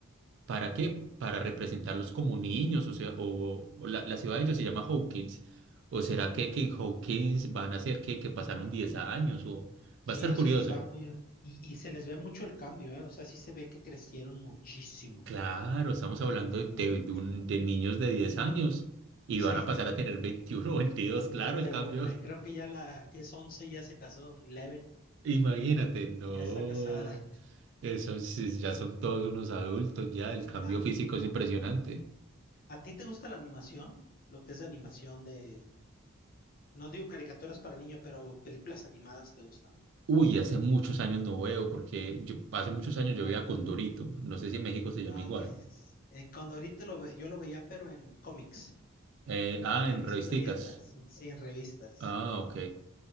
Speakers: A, on the right (about 60°); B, on the left (about 40°).
A: ¿Para qué? Para representarlos como niños, o sea, o, o la, la ciudad de ellos se llama Hawkins. ¿O
B: Sí.
A: será que, que en Hawkins van a ser que, que pasaron 10 años? O
B: Sí,
A: va a estar
B: es
A: curioso.
B: que está muy... Y, y se les ve mucho el cambio, ¿eh? O sea, sí se ve que crecieron muchísimo.
A: Claro, estamos hablando de, de-
B: Mucho.
A: de un- de niños de 10 años y van
B: Sí,
A: a pasar a tener veintiuno, <laughs> o 22,
B: Veintiuno
A: claro, el
B: de
A: cambio.
B: golpe. Creo que ya la que es 11 ya se casó. 11
A: <laughs> Imagínate, no,
B: ya está casada.
A: esos sí, ya son todos unos adultos, ya el cambio
B: La,
A: físico es impresionante.
B: ¿a ti te gusta la animación? Lo que es de animación de... No digo caricaturas para niños, pero películas animadas te gustan.
A: Uy, hace muchos años no veo, porque yo, hace muchos años yo veía Condorito. No sé si en México se llama
B: Ah,
A: igual.
B: que es- eh, cuando ahorita lo ve- yo lo veía, pero en cómics,
A: Eh, ah,
B: en
A: en revisticas.
B: historietas, sí, en revistas.
A: Ah, ok.